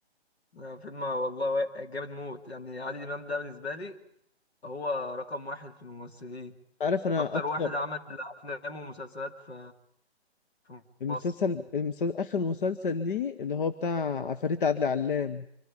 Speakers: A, on the left (about 70°); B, on the left (about 50°).
A: آه، فيلم والله وا- جامد موت يعني عادل امام ده بالنسبه لي هو رقم واحد في الممثلين
B: عارف انا
A: اكتر
B: اكتر
A: واحد عمل افلام ومسلسلات في في
B: المسلسل
A: مصر
B: المسلسل اخر مسلسل ليه اللي هو بتاع عفاريت عادل علام